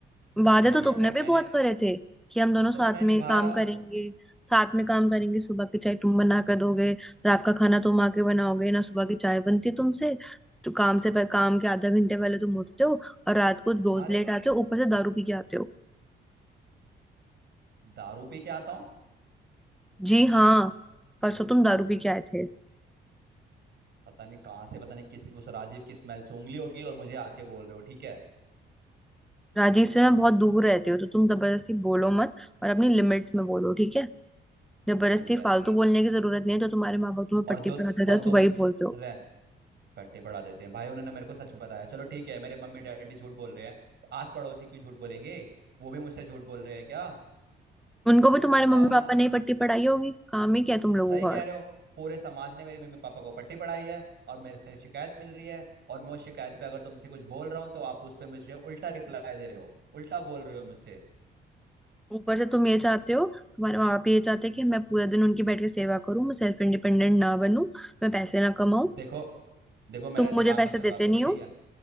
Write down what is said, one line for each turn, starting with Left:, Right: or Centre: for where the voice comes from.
Centre: वादे
Right: सही
Centre: तो तुमने
Right: है और
Centre: भी
Right: मैंने
Centre: बहुत करे थे कि हम दोनों साथ
Right: तो मैं निभा
Centre: में काम
Right: रहा हूँ
Centre: करेंगे साथ में काम करेंगे सुबह की चाय तुम बना कर दोगे रात का खाना तुम आके बनाओगे ना सुबह की चाय बनती है तुमसे तो काम से पह- काम के आधा घंटे पहले तुम उठते हो और रात को रोज
Right: अरे
Centre: लेट आते हो ऊपर से दारू पी के आते हो
Right: दारू पी के आता हूँ
Centre: जी हाँ परसों तुम दारू पी के आए थे
Right: पता नहीं कहाँ से पता नहीं किस उस राजीव की स्मेल सूंघ ली होगी और मुझे आके बोल रहे हो ठीक है
Centre: राजीव से मैं बहुत दूर रहते हो तो तुम जबरदस्ती बोलो मत और अपनी लिमिट्स में बोलो ठीक है जबरदस्ती
Right: दूर रहती
Centre: फालतू
Right: हूँ
Centre: बोलने की जरूरत नहीं है जो तुम्हारे माँ बाप तुम्हें
Right: और
Centre: पट्टी
Right: जो
Centre: पढ़ाते
Right: और
Centre: थे
Right: तुम
Centre: तो वही बोलते हो
Right: रह पट्टे पढ़ा देते हैं भाई उन्होंने मेरे को सच बताया चलो ठीक है मेरे मम्मी डैडी झूठ बोल रहे हैं आस पड़ोसी क्यों झूठ बोलेंगे वो भी मुझसे झूठ बोल रहे हैं क्या
Centre: उनको भी तुम्हारे
Right: बताओ
Centre: मम्मी पापा
Right: ना
Centre: ने ही पट्टी पढ़ाई होगी काम ही क्या है तुम लोगों
Right: सही
Centre: का और
Right: कह रहे हो पूरे समाज ने मेरे मम्मी पापा को पट्टी पढ़ाई है और मेरे से शिकायत मिल रही है और मैं उस शिकायत पे अगर तुमसे कुछ बोल रहा हूँ तो आप उस पे मुझे उल्टा रिप्लाई दे रहे हो उल्टा बोल रहे हो मुझसे
Centre: ऊपर से तुम ये चाहते हो तुम्हारे माँ बाप ये चाहते हैं कि मैं पूरे दिन उनकी बैठ के सेवा करूं मैं सेल्फ इंडिपेंडेंट ना बनूं मैं पैसे ना कमाऊं
Right: देखो देखो मेरा
Centre: तुम
Right: दिमाग
Centre: मुझे
Right: मत
Centre: पैसे
Right: खराब
Centre: देते
Right: करो
Centre: नहीं
Right: ठीक
Centre: हो
Right: है